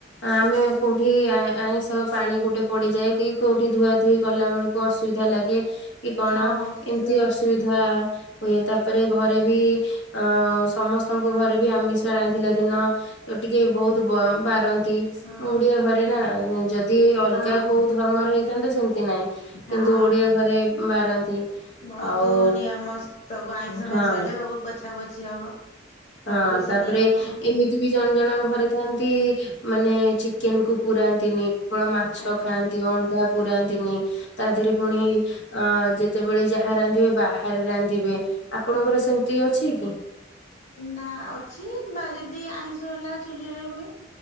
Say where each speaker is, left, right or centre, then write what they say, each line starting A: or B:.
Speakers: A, on the left; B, on the left.
A: ଆମେ କୋଉଠି ଆଇଁଷ ପାଣି ଗୋଟେ ପଡିଯାଏ କି କୋଉଠି ଧୁଆ ଧୁଇ କଲା ବେଳକୁ ଅସୁବିଧା ଲାଗେ। କି କଣ
B: ହଁ
A: ଏମିତି
B: ସେ
A: ଅସୁବିଧା ଧା ହୁଏ। ତାପରେ ଘରେ ବି ଅ ସମସ୍ତଙ୍କୁ
B: ହଁ
A: ଘରେ ବି ଆମିଷ ରାନ୍ଧିଲା ଦିନ ଟିକେ ବହୁତ ବ ବାରନ୍ତି
B: ହଁ
A: ଓଡିଆ ଘରେ ନା ଯଦି ଯଦି ଅଲଗା
B: ହଁ ହଁ
A: କୋଉ ଧର୍ମର ହେଇଥାନ୍ତା ସେମିତି ନାହିଁ
B: ହଁ
A: କିନ୍ତୁ ଓଡିଆ ଘରେ ବାରନ୍ତି।
B: ବହୁତ
A: ଆଉ
B: ନିୟମ ସବୁ ଆଇଁଷ
A: ହଁ ହଁ
B: ମାଇଁଷ ହେଲେ ସବୁ ପୋଛା ପୋଛି ହବ। ସବୁ
A: ହଁ
B: କିଛି
A: ତାପରେ
B: ନିୟମ ଆ
A: ଏମିତି ବି ଜଣ ଜଣଙ୍କ ଘରେ ଥାନ୍ତି ମାନେ ଚିକେନ କୁ ପୁରାନ୍ତିନି କେବଳ ମାଛ
B: ଆଜ୍ଞା
A: ଖାଆନ୍ତି ଅଣ୍ଡା ପୁରାନ୍ତିନି ତା
B: ଆଜ୍ଞା।
A: ଦେହରେ ପୁଣି ଅ ଯେତେବେଳେ ଯାହା ରାନ୍ଧିବେ ବାହାରେ ରାନ୍ଧିବେ
B: ଆଜ୍ଞା
A: ଆପଣଙ୍କର ସେମତି ଅଛି କି?
B: ନା ଅଛି ବା ଯଦି ଆଇଁଷ ହେଲା ଚୁଲିରେ ହୁଏ।